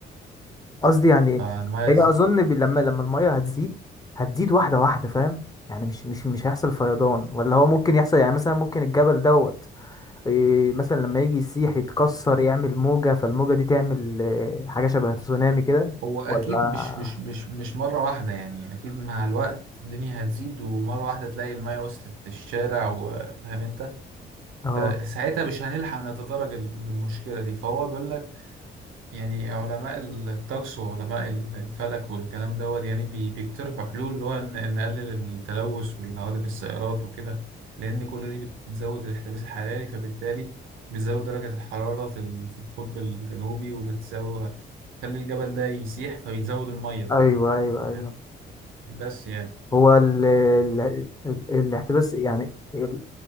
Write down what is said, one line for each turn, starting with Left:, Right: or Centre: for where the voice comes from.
Left: قصدي يعني إيه؟
Right: فالمية
Left: هي أظن ب... لما لما المية هتزيد هتزيد واحدة واحدة فاهم؟ يعني مش مش مش هيحصل فيضان ولا هو ممكن يحصل يعني مثلا ممكن الجبل دوت إيه، مثلا لما يجي يسيح يتكسر يعمل موجة فالموجة دي تعمل إيه، حاجة شبه تسونامي كده
Right: هو اكيد
Left: ولا
Right: مش مش مش مش مره واحده يعني اكيد مع الوقت الدنيا هتزيد ومره واحده تلاقي الميه وصلت للشارع وفاهم انت
Left: اه
Right: فساعتها مش هنلحق نتدرج المشكله دي فهو بيقول لك يعني علماء الطقس وعلماء الفلك والكلام دوت يعني بي- بيقترحوا حلول اللي هو ن- نقلل التلوث والهوادم السيارات وكده لان كل دي بتزود الاحتباس الحراري فبالتالي بتزود درجة الحرارة في ال- في القطب الجنوبي وبتزود تخلي الجبل ده يسيح فبيزود المية
Left: ايوه ايوه ايوه
Right: فاهم بس يعني
Left: هو ال... ال... ال... الاحتباس يعني ال...